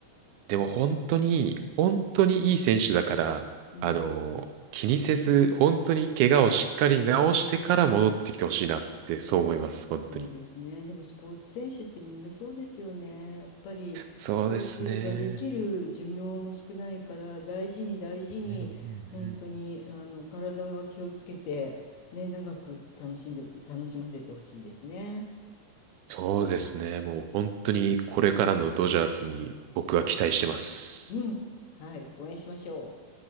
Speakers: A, on the right; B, on the left.
A: でも本当に、
B: あ
A: 本当にいい選手だから、
B: うん。
A: あの、気にせず、本当に怪我をしっかり治してから戻ってきてほしいなって、そう思います、本当に。
B: そうですね。でもスポーツ選手ってみんなそうですよね。やっぱりスポーツができる寿命も少ないから大事に大事に本当にあの体は気をつけてね、
A: そうですね。うんうんうんうん
B: 長く楽しんで、楽しませてほしいですね。
A: そうですね。もう本当にこれからのドジャースに僕は期待してます。
B: うん。はい。応援しましょう。